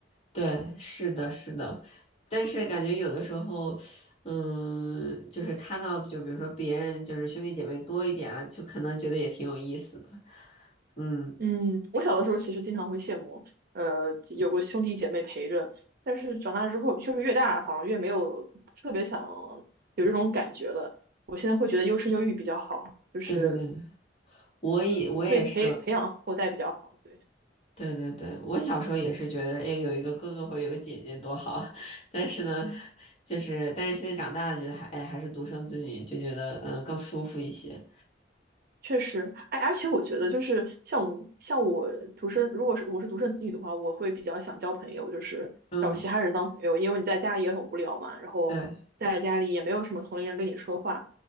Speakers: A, on the left (about 35°); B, on the right (about 55°).
A: 对，是的，是的，但是感觉有的时候。嗯，就是看到，就比如说别人就是兄弟姐妹多一点啊，就可能觉得也挺有意思的。嗯，
B: 嗯，我小的时候其实经常会羡慕，呃，有个兄弟姐妹陪着。但是长大之后，就是越大好像越没有特别想有这种感觉了。我现在会觉得优生优育比较好，就是
A: 对对对，我也我也是，
B: 嗯，对培培养后代比较好。对。
A: 对对对，我小时候也是觉得，哎，有一个哥哥或有个姐姐多好，<laughs> 但是呢，就是但是现在长大了，觉得还哎还是独生子女，就觉得嗯更舒服一些。
B: 确实，哎，而且我觉得就是像我们像我独生，如果是我是独生子女的话，我会比较想交朋友，就是找其他人当朋友，
A: 嗯，
B: 因为你在家里也很无聊嘛，然后在家里也没有什么同龄人跟你说话，
A: 对